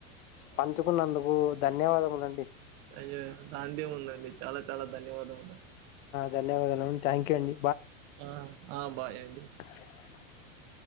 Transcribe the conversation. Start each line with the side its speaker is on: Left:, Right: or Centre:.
Left: పంచుకున్నందుకు ధన్యవాదములండి
Right: అయ్యో దాందే ఉందండి చాలా చాలా ధన్యవాదములు
Left: ధన్యవాదలము థ్యాంక్యూ అండి
Right: ఆ ఆ బాయ్ అండి
Left: బ్లాంక్